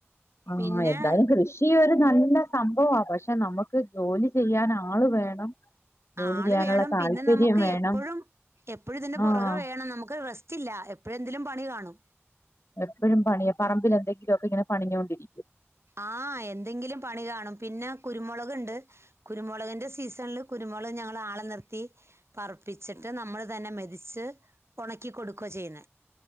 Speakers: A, on the left; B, on the right.
A: ആഹ്
B: പിന്നെ
A: എന്തായാലും കൃഷി ഈ ഒരു നല്ല സംഭവാ പക്ഷെ നമുക്ക് ജോലി ചെയ്യാൻ ആള് വേണം ജോലി
B: ആള്
A: ചെയ്യാനുള്ള
B: വേണം
A: താല്പര്യം
B: പിന്നെ നമുക്ക്
A: വേണം
B: എപ്പഴും എപ്പഴും ഇതിന്റെ പൊറകെ
A: ആഹ്
B: വേണം നമുക്ക് റെസ്റ്റില്ല എപ് എപ്പഴും എന്തേലും പണി കാണും
A: എപ്പഴും പണ്യാ പറമ്പിലെന്തെങ്കിലും ഒക്കെ ഇങ്ങനെ പണിഞ്ഞോണ്ടിരിക്കും
B: ആഹ് എന്തെങ്കിലും പണി കാണും പിന്നെ കുരുമൊളക് ഇണ്ട് കുരുമൊളകിന്റെ സീസണില് കുരുമൊളക് ഞങ്ങള് ആളെ നിർത്തി പർപ്പിച്ചിട്ട് നമ്മള് തന്നെ മെതിച്ച് ഒണക്കി കൊടുക്കാ ചെയ്യുന്നേ